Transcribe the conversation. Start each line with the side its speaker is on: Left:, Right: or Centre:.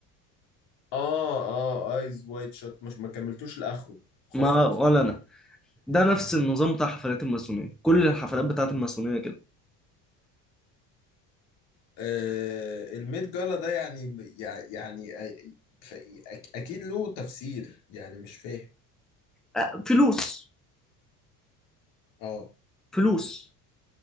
Left: اه اه ايز وايت شوت مش ما كملتوش لاخره خفت
Centre: ما ولا أنا ده نفس النظام بتاع حفلات الماسونية كل الحفلات بتاعت الماسونية كده
Left: آه الميد جالا ده يعني ب- يع- يعني آه، ف- أك- اكيد له تفسير يعني مش فاهم
Centre: آه، فلوس
Left: اه
Centre: فلوس